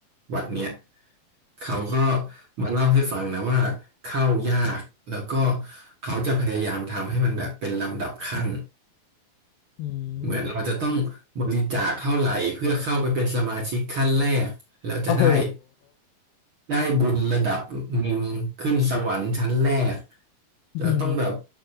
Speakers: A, on the right (about 45°); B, on the left (about 75°).
A: วัดเนี้ยเขาก็มาเล่าให้ฟังนะว่าเข้ายากแล้วก็เขาจะพยายามทำให้มันแบบเป็นลำดับขั้น
B: อื
A: เหมือนเราจะต้องบริจาคเท่าไหร่เพื่อเข้าไปเป็นสมาชิกขั้นแรกแล้วจะได้
B: มโอ้โห
A: ได้บุญระดับหนึ่งขึ้นสวรรค์ชั้นแรก
B: อืม
A: แต่ต้องแบบ